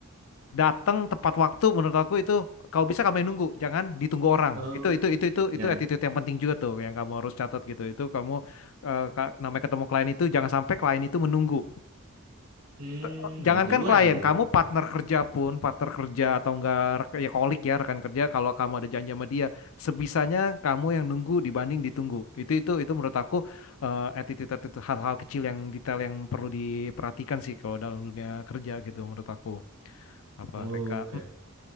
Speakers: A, on the left; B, on the right.
A: datang tepat waktu menurut aku itu kalau bisa kamu yang nunggu, jangan ditunggu orang.
B: Oh,
A: Itu itu itu itu
B: jangan.
A: itu attitude yang penting juga tuh yang kamu harus catat gitu. Itu kamu eh, ka- namanya ketemu klien itu jangan sampai klien itu menunggu.
B: Hmm,
A: T- Jangankan
B: harus duluan
A: klien,
B: ya.
A: kamu partner kerja pun, partner kerja atau enggak rek- ya kolik ya rekan kerja, kalau kamu ada janji sama dia, sebisanya kamu yang nunggu dibanding ditunggu. Itu itu itu menurut aku eh, attitude, attitude hal-hal kecil yang detail yang perlu diperhatikan sih kalau dalam dunia kerja gitu menurut aku. Apa
B: Oh,
A: mereka?
B: Oke,